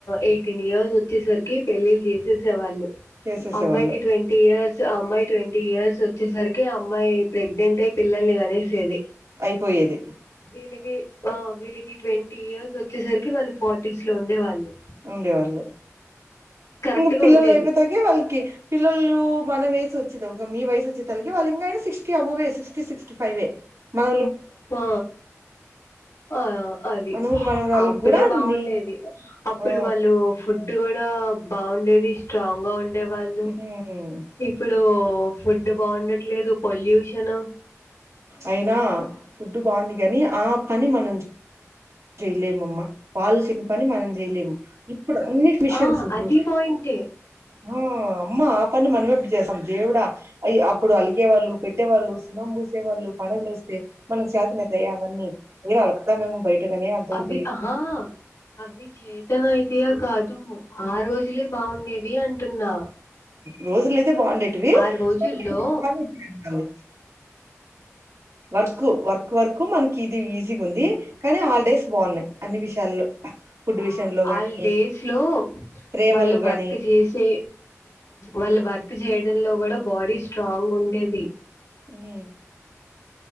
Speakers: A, on the left; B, on the right.
A: ఎయిటీన్ ఇయర్స్ వచ్చేసరికి పెళ్లిలు చేసేసేవాళ్ళు
B: చేసేసేవాళ్ళు
A: అమ్మాయికి ట్వంటీ ఇయర్స్ అమ్మాయి ట్వంటీ ఇయర్స్ వచ్చేసరికి అమ్మాయి ప్రెగ్నెంట్ అయి పిల్లల్ని కనేసేది
B: అయిపోయేది
A: వీళ్ళకి వీళ్ళకి ట్వంటీ ఇయర్స్ వచ్చేసరికి వాళ్ళు ఫార్టీస్ లో ఉండే వాళ్ళు
B: ఉండే వాళ్ళు
A: కరెక్ట్
B: ఇంకా
A: గా
B: పిల్లలు
A: ఉండేది
B: లేపోతాయికి వాళ్ళకి పిల్లలు మన వయసు వచ్చిది ఒక మీ వయసు వచ్చి తలకి వాళ్ళం sixty above sixty sixty five వే మన
A: ఆ ఆ అది
B: మనవులు మనవరాళ్ళకి
A: అప్పుడే
B: కూడా
A: బాగుండేది
B: నీ
A: అప్పుడు
B: ఆ
A: వాళ్ళు ఫుడ్ కూడా ఇ బాగుండేది స్ట్రాంగ్ గా ఉం డే వాళ్ళు
B: ఉమ్
A: ఇప్పుడు ఫుడ్ బాగుండట్లేదు పొల్యూషన్
B: అయినా ఫుడ్ బాగుంది కాని ఆ పని మనం చే చెయలేముమ్మా వాళ్లు చేసిన పని మనం చెయలేము ఇప్పుడు అన్నిటి మిషన్స్
A: ఆ
B: ఇప్పుడు
A: అది పాయింటే
B: ఆ అమ్మా ఆ పని మనం ఎప్పుడు చేస్తాం దేవుడా అప్పుడు అలికేవాళ్ళు పెట్టేవాళ్ళు సున్నాం పూసేవాళ్ళు పండుగలు వస్తే మనం చాతనైతే అవన్నీ వళ అలుకుతామేమో గాని అంతో
A: అభి
B: ఇంతో
A: ఆహా అవి చేతనైతే తీయా కాదు ఆ రోజులే బాగుండేవి అంటున్నా
B: రోజులి తే బాగుండేటివి
A: ఆ రోజుల్లో
B: <inaudible> వి వర్క్ వర్క్ వర్క్ మనకి ఇది ఈజీ ఉంది కానీ హాలిడేస్ బాగున్నాయి అన్ని విషయాల్లో ఫుడ్ విషయంలో
A: ఆ
B: గాని
A: ఆల్ డేస్ లో
B: ప్రేమలు
A: వాళ్ళు
B: గాని
A: వర్క్ చేసే వాళ్ళు వర్క్ ప్పు చేయడంలో కూడా బాడీ స్ట్రాంగ్ ఉండేది
B: ఉమ్